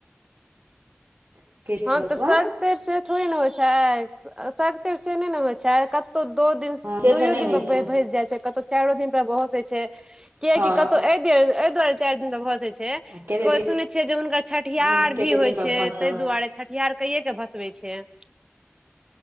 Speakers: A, on the right (about 50°); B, on the right (about 15°).
A: कृष्ण
B: हाॅं
A: भगवान
B: तऽ सग्तेर से थोड़े ने होइ छैय अ सग तेर से नै ने होइ छैय कतौ दू दिन
A: हँ से
B: दुइयो
A: तऽ नहि
B: दिन
A: होइ
B: पर
A: छै
B: भै भैंस जाइ छैय कतौ चाइरो दिन पर भसे छैय कियाकी
A: हँ
B: कतौ ए दुआरे ए दुआरे चाइर दिन पर भसे छैय। छैय
A: आ कते
B: को सुनै छिय जे हुनकर छठिहार
A: दिन कते
B: भी होय
A: दिन पर
B: छैत।
A: भसल
B: ताहि दुआरे छठियार कैये कऽ भसबे छैय।